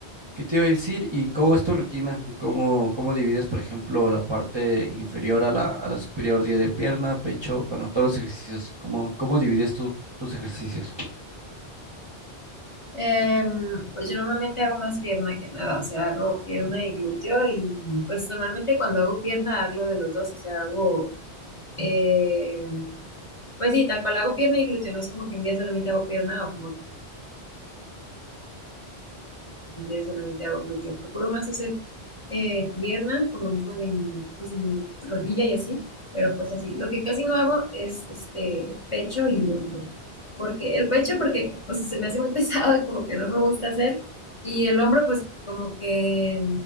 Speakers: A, on the right; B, on the left.
A: ¿qué te iba a decir? ¿Y cómo es tu rutina? ¿Cómo, cómo divides, por ejemplo, la parte inferior a la, a la superior, día de pierna, pecho, bueno, todos los ejercicios? ¿Cómo, cómo divides tú tus ejercicios?
B: Em, pues yo normalmente hago más pierna que nada, o sea, hago pierna y glúteo y pues normalmente cuando hago pierna hago de los dos, o sea, hago, em, pues sí, tal cual hago pierna y glúteo, no es como que un día solamente hago pierna o como pues, Un día solamente hago glúteo. Procuro más hacer eh, pierna, por lo mismo de mi, pues, de mi rodilla y así, pero pues así. Lo que casi no hago es este pecho y hombro. Porque el pecho, porque pues, se me hace muy <laughs> pesado y como que no me gusta hacer. Y el hombro, pues como que,